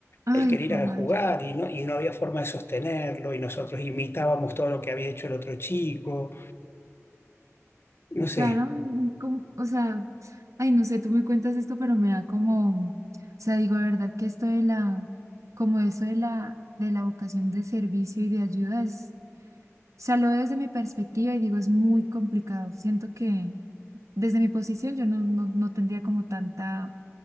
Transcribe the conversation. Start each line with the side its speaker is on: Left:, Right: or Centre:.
Right: Ay,
Left: Él quería ir
Right: joder.
Left: a jugar
Right: O
Left: y no, y no había forma de sostenerlo y nosotros imitábamos todo lo que había hecho el otro chico. No
Right: sea,
Left: sé,
Right: era un- un com- o sea, Ay, no sé, tú me cuentas esto, pero me da como, o sea, digo, de verdad que esto de la, como eso de la, de la vocación de servicio y de ayuda es, o sea, lo veo desde mi perspectiva y digo, es muy complicado. Siento que desde mi posición yo no, no, no tendría como tanta,